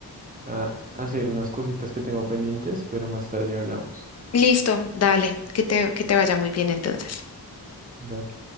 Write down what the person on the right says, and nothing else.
a hacer unas cositas que tengo pendientes, pero más tarde hablamos.
Dale.